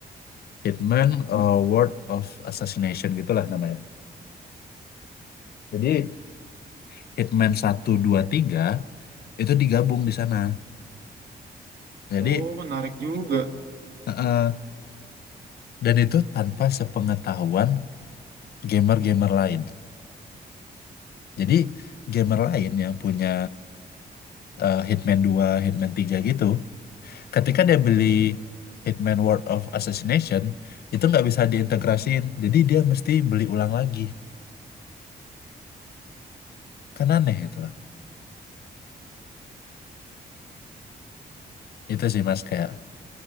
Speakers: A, on the left (about 70°); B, on the right (about 75°).
A: Hitman uh, World of Assassination gitulah namanya. Jadi Hitman satu, 2, 3 itu digabung di sana. Jadi
B: Oh menarik juga.
A: eh, eh, dan itu tanpa sepengetahuan gamer-gamer lain. Jadi gamer lain yang punya eh, Hitman 2, Hitman 3 gitu. Ketika dia beli Hitman World of Assassination, itu nggak bisa diintegrasiin. Jadi dia mesti beli ulang lagi. Kan aneh itu Itu sih mas kayak